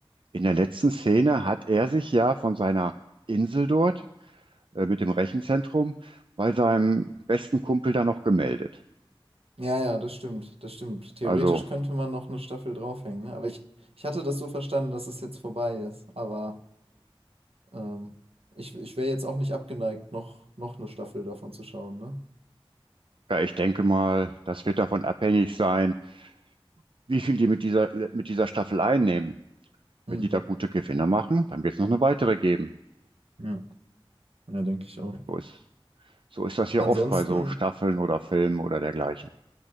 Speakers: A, on the right; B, on the right.
A: In der letzten Szene hat er sich ja von seiner Insel dort äh, mit dem Rechenzentrum bei seinem besten Kumpel da noch gemeldet.
B: Ja, ja, das stimmt, das stimmt. Theoretisch
A: Also,
B: könnte man noch eine Staffel draufhängen, ne? Aber ich, ich hatte das so verstanden, dass es jetzt vorbei ist. Aber ähm, ich, ich wäre jetzt auch nicht abgeneigt, noch, noch eine Staffel davon zu schauen, ne?
A: ja, ich denke mal, das wird davon abhängig sein, wie viel die mit dieser, mit dieser Staffel einnehmen.
B: Mhm.
A: Wenn die da gute Gewinne machen, dann wird es noch eine weitere geben.
B: Ja, ja, denke ich auch.
A: So ist, so ist das hier
B: Ansonsten,
A: oft bei so Staffeln oder Filmen oder dergleichen.